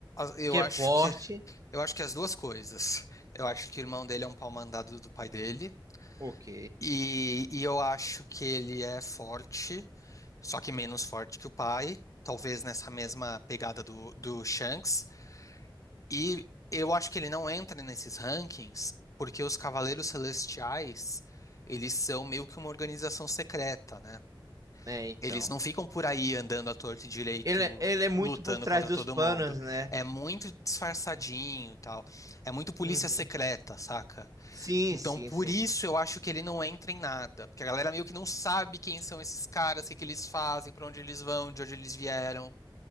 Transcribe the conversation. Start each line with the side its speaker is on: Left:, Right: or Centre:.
Left: Eu
Right: Que
Left: acho
Right: é forte,
Left: que. Eu acho que as duas coisas. Eu acho que o irmão dele é um pau mandado do pai dele.
Right: ok.
Left: E, e eu acho que ele é forte, só que menos forte que o pai. Talvez nessa mesma pegada do, do Shanks. E eu acho que ele não entra nesses rankings porque os Cavaleiros Celestiais, eles são meio que uma organização secreta, né?
Right: É, então.
Left: Eles não ficam por aí andando à torto e direito,
Right: Ele, é- ele é muito
Left: lutando
Right: por trás
Left: contra
Right: dos
Left: todo
Right: panos,
Left: mundo.
Right: né?
Left: É muito disfarçadinho e tal. É muito polícia
Right: Uhum.
Left: secreta, saca?
Right: Sim,
Left: Então,
Right: sim,
Left: por
Right: sim.
Left: isso eu acho que ele não entra em nada. Porque a galera meio que não sabe quem são esses caras, o que que eles fazem, pra onde eles vão, de onde eles vieram.